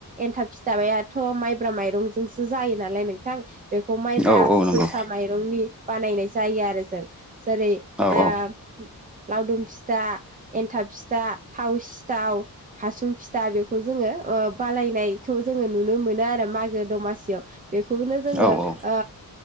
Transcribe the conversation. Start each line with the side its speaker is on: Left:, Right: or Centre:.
Right: एन्थाब फिथाबायाथ' माइब्रा माइरंजोंसो जायो नालाय नों बिथां बेखौ माइब्रा
Centre: औ औ नंगौ
Right: जोसा माइरंनि बानायनाय जायो आरो जों, जेरै-
Centre: औ
Right: ओ
Centre: औ
Right: लावदुम फिथा, एन्थाब फिथा, थाव सिथाव हासुं फिथा बेखौ जोङो ओ बालायनायखौ जोङो नुनो मोनो आरो मागो दमासियाव बेखौनो जोङो
Centre: औ औ
Right: ओ